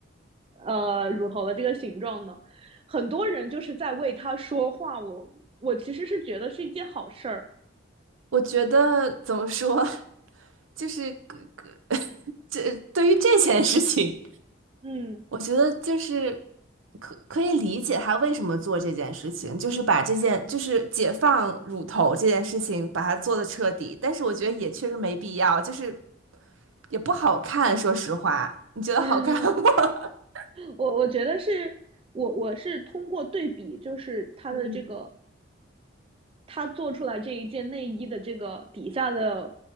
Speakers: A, on the right; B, on the right.
A: 呃乳头的这个形状的，很多人就是在为它说话，我我其实是觉得是一件好事儿，
B: 我觉得怎么说，<laughs> 就是 <laughs> 这对于这件事情，
A: 嗯。
B: 我觉得就是可可以理解他为什么做这件事情，就是把这件就是解放乳头这件事情把它做的彻底，但是我觉得也确实没必要，就是也不好看，说实话，你觉得好看吗？
A: <laughs>
B: <laughs>
A: 我我觉得是我我是通过对比，就是他的这个
B: 嗯
A: 他做出来这一件内衣的这个底下的